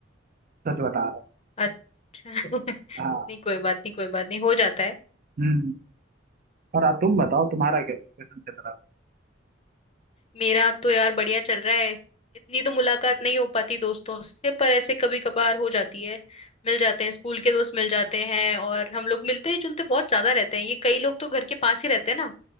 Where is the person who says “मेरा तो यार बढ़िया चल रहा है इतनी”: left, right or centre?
Left